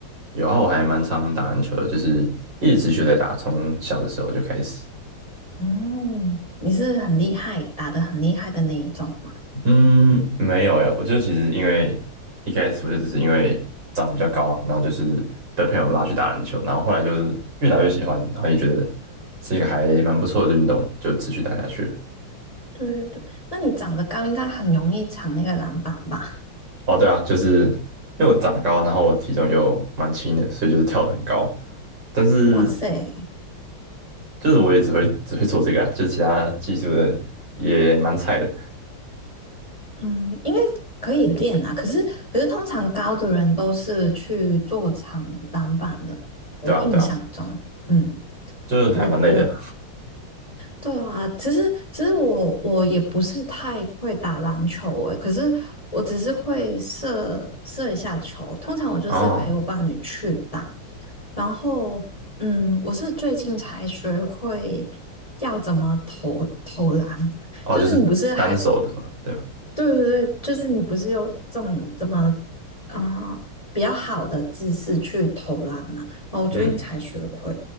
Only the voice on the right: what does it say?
有啊，我还蛮常打篮球的，就是一直持续在打，从小的时候就开始。
嗯，没有哎，我就其实因为一开始我就只是因为长得比较高啊，然后就是被朋友拉去打篮球，然后后来就是越打越喜欢，然后也觉得是一个还蛮不错的运动，就持续打下去了。
哦，对啊，就是因为我长高，然后我体重又蛮轻的，所以就是跳得很高。但是
就是我也只会 <laughs> 只会做这个啊，就其他技术的也蛮菜的，
对啊对啊，
就是还蛮累的。
哦
哦，
就是单手的嘛，对吧？
嗯，